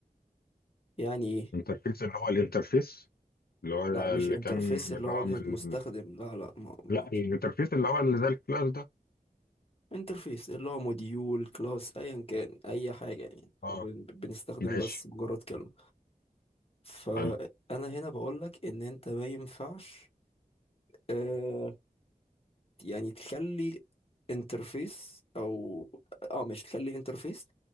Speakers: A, on the left; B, on the left.
A: يعني ايه
B: انترفيس اللي هو الانترفيس اللي هو اللي
A: لا مش انترفيس
B: كان اللي
A: اللي هو
B: هو
A: واجهة
B: من
A: مستخدم
B: ال...
A: لا لا ما ما
B: لا الانترفيس اللي هو اللي زي الكلاس ده
A: انترفيس اللي هو موديول كلاس ايا كان اي حاجة يعني احنا
B: اه
A: بن- بنستخدم
B: ماشي
A: بس مجرد كلمة فانا
B: حلو
A: هنا بقولك ان انت ما ينفعش آه، يعني تخلي انترفيس او اه مش تخلي انترفيس